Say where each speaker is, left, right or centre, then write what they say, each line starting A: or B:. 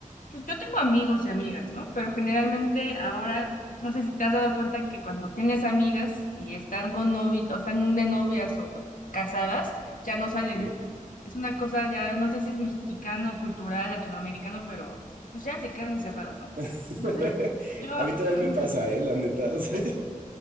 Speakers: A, on the left (about 70°); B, on the right (about 80°).
A: pues yo tengo amigos y amigas, ¿no? Pero generalmente ahora, no sé si te has dado cuenta que cuando tienes amigas y están con novi o están de novias o casadas, ya no salen.
B: ¿Sí?
A: Es una cosa ya, no sé si es mexicano, cultural, latinoamericano, pero pues ya se quedan encerradas, ¿no?
B: <laughs>
A: Entonces, yo,
B: A mí también
A: <laughs>
B: me pasa, ¿eh? La neta. O sea,